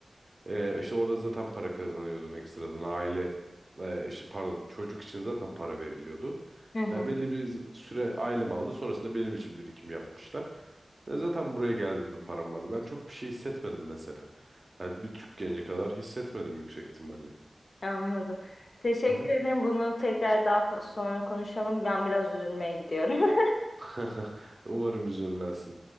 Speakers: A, on the right; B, on the left.
A: Ee, işte orada zaten para kazanıyordum ekstradan. Aile e, işte pardon çocuk için zaten para veriliyordu.
B: hı hı.
A: Ya belli bir z- süre ailem aldı. Sonrasında benim için birikim yapmışlar. Ya zaten buraya geldiğimde param vardı. Ben çok bir şey hissetmedim mesela. Yani bir Türk genci kadar hissetmedim yüksek ihtimalle.
B: Anladım. Teşekkür
A: Aha.
B: ederim. Bunu tekrar daha fa- sonra konuşalım. Ben biraz üzülmeye gidiyorum. <laughs>
A: <laughs> Umarım üzülmezsin.